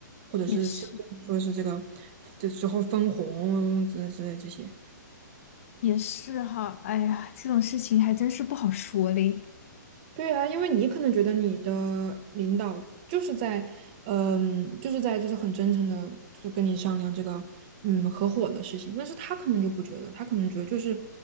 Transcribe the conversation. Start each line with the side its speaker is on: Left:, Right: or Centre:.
Right: 或者是甚至说是这个
Left: 也是
Right: 这之后分红之之类这些，
Left: 也是哈，哎呀，这种事情还真是不好说嘞。
Right: 对啊，因为你可能觉得你的领导就是在，嗯，就是在就是很真诚的就跟你商量这个，嗯，合伙的事情，但是他可能就不觉得，他可能觉得就是